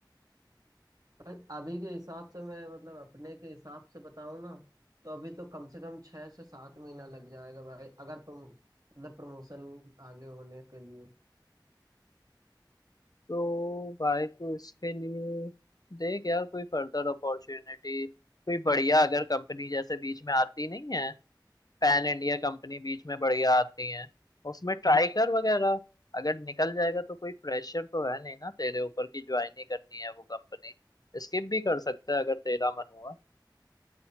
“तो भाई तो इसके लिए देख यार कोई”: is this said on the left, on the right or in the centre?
Left